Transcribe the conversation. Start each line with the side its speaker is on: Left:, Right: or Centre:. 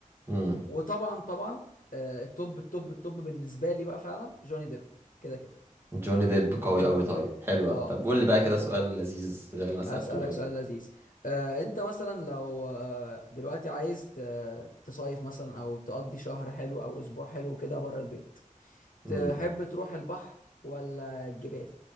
Right: مم.
Left: وطبعا طبعا آه، التوب التوب التوب بالنسبه لي بقى فعلا جوني ديب كده كده
Right: جوني ديب قوي أوي طيب حلو
Left: اه
Right: أوي طب قول لي بقى كده سؤال لذيذ زي اللي أنا سألته
Left: اسالك
Right: لك
Left: سؤال لذيذ آه، انت مثلا لو آه، دلوقتي عايز ت- تصيف مثلا او تقضي شهر حلو او اسبوع حلو كده بره البيت
Right: مم.
Left: تحب تروح البحر ولا الجبال